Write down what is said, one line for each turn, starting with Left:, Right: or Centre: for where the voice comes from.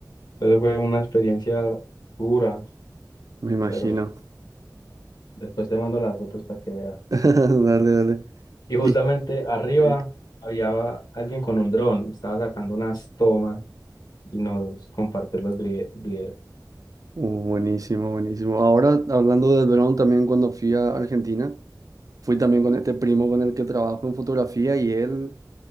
Left: Entonces fue una experiencia dura,
Right: Me imagino.
Left: pero después te mando las fotos para que veas.
Right: <laughs> Dale, dale.
Left: Y justamente
Right: Y-
Left: arriba
Right: sí.
Left: había alguien con un dron, estaba sacando unas tomas y nos compartió los vide- videos.
Right: Uh, buenísimo, buenísimo. Ahora, hablando de dron, también cuando fui a Argentina, fui también con este primo con el que trabajo en fotografía y él